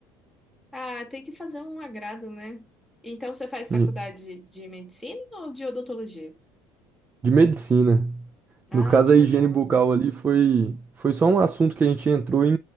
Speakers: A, in the centre; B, on the right (about 20°).
A: Ah, tem que fazer um agrado, né? Então você faz
B: De
A: faculdade de medicina ou de odontologia?
B: de medicina.
A: Ah,
B: No caso,
A: que
B: a
A: legal.
B: higiene bucal ali foi, foi só um assunto que a gente entrou em,